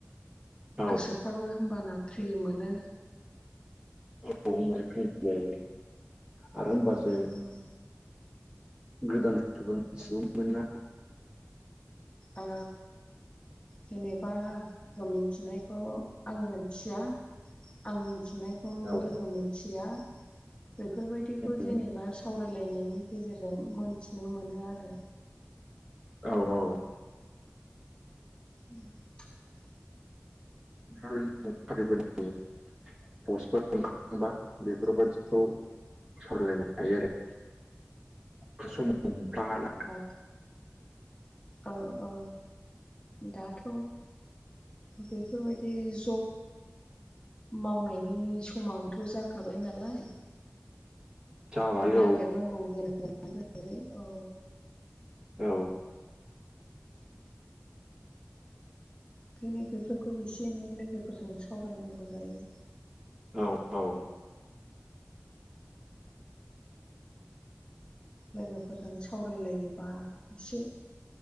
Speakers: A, on the right (about 20°); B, on the left (about 20°).
A: औ
B: गोसोफ्राबो होमबाना फ्रि मोनो
A: औ होनबाय फै जायो आरो होनबासो
B: उम
A: गोदान सुबुं सुबुं मोना
B: औ जेनेबा लोगो मिन्थिनायखौ आं मिथिया आं मिथिनायखौ
A: औ
B: लोगो मोनथिया बेफोरबायदिखौ
A: उम
B: जेनेबा सावरायलायनायनि गेजेरजों मोनथिनो मोनो आरो
A: औ औ
B: <inaudible>
A: <unintelligible> पस्टफोर ओंखारबा बेफोरबायदिखौ सावरायलायनाय हायो आरो समाव मोनमफ्लाङाना
B: द औ औ दाथ' बेफोरबायदि जब मावनायनि समाबोथ' जाखाबाय नालाय
A: जाबाय
B: नागिरनांगौ
A: औ
B: होनलाय औ
A: औ
B: ओंखायनो बेफोरखौ एसे एनै लोगोफोरजों सावरायनांगौ जायो
A: औ औ
B: लोगोफोरजों सावरायलायोबा एसे